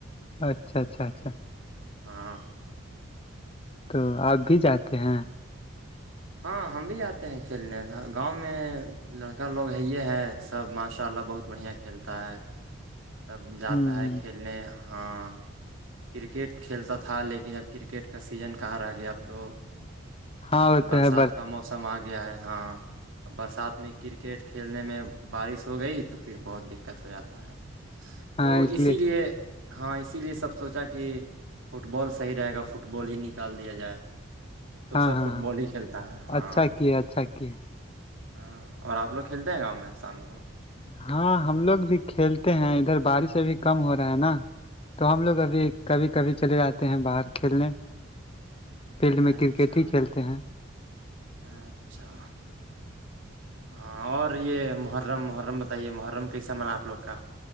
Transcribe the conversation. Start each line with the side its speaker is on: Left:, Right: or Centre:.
Left: اچھا اچھا اچھا
Right: ہاں
Left: تو آپ بھی جاتے ہیں
Right: ہاں ہم بھی آاتے ہیں کھیلنے گاؤں میں لڑکا لوگ ہے ہے سب ماشاء اللہ بہت بڑھیا ک کھیلتا ہے سب جاتا
Left: ہ
Right: ہے کھیلنے ہاں کرکٹ کھیلتا تھا لیکن اب کرکٹ کا سیزن کہاں رہ گیا اب تو
Left: ہاں وہ
Right: برسات
Left: تو ہے
Right: کا موسم آ گیا ہے ہاں ا برسات میں کرکٹ کھیلنے میں بارش ہو گئی تو پھر بہت دقت ہو جاتا ہے تو
Left: ہاں اس
Right: اسی لیے ہاں اسی لیے سب سوچا کہ فٹ بال صحیح رہے گا فٹ بال ہی نکال دیا جائے تو
Left: ہاں
Right: سب
Left: ہاں
Right: فٹ
Left: ہاں
Right: بال ہی کھیلتا ہے ہاں
Left: اچھا کیا اچھا کیا
Right: ہاں اور آپ لوگ کھیلتے ہیں گاؤں میں شام کو
Left: ہاں ہم لوگ بھی کھیلتے ہیں ادھر بارشیں بھی کم ہو رہا ہے نا تو ہم لوگ ابھی کبھی کبھی چلے جاتے ہیں باہر کھیلنے فیلڈ میں
Right: اچھا
Left: کرکٹ ہی کھیلتے ہیں
Right: اچھا ہاں اور یہ محرم محرم بتائیے محرم کیسا من آپ لوگ کا